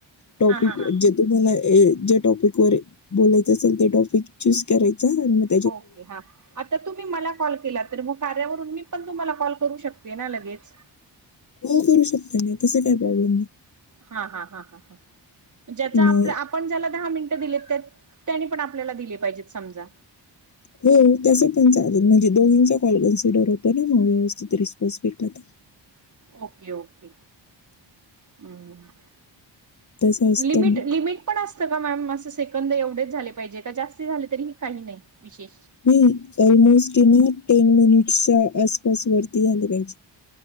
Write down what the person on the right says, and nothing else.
हा हा हा
ओके. हा. आता तुम्ही मला कॉल केला तर मग कार्यावरून मी पण तुम्हाला कॉल करू शकते ना लगेच?
हा-हा-हा-हा-हा. ज्याचा
आपल्या आप पण ज्याला दहा मिनटं दिलेत, त्या-त्यानी पण आपल्याला दिले पाहिजेत समजा
ओके, ओके. हम्म्.
लिमिट-लिमिट
पण असत का मॅम असं सेकंद एवढेच झाले पाहिजे, का जास्त झाले तरी काही नाही विशेष?